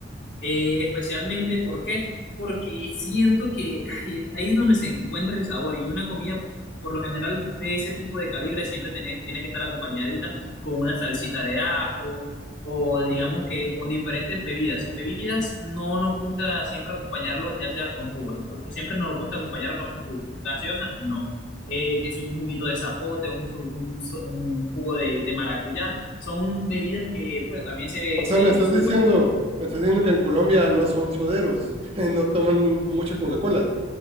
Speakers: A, on the left; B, on the right.
A: Eh, especialmente, ¿por qué? Porque siento que ay, ahí es donde se encuentra el sabor y una comida, por lo general, de ese tipo de calibre siempre tiene, tiene que estar acompañadita con una salsita de ajo o digamos que con diferentes bebidas. Bebidas no nos gusta siempre acompañarlos ya sea con jugo, ¿no? Pues siempre nos gusta acompañarlos con jugo. Gaseosa, no. Eh, que si un juguito de zapote, un, su- un, su- un jugo de, de maracuyá, son bebidas que pues, también se,
B: O sea,
A: se,
B: me estás
A: son
B: diciendo, me estás diciendo que en Colombia no son soderos, <laughs> no toman mucha Coca-Cola.